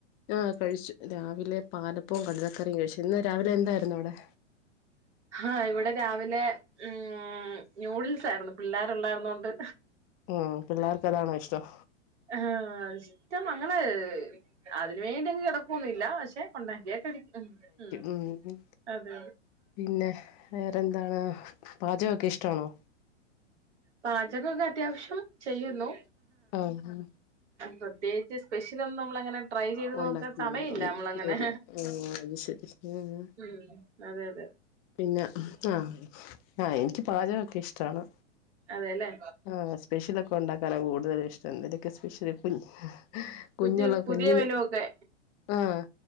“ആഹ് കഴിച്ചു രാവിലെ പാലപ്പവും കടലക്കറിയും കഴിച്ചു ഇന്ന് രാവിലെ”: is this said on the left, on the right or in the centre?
Left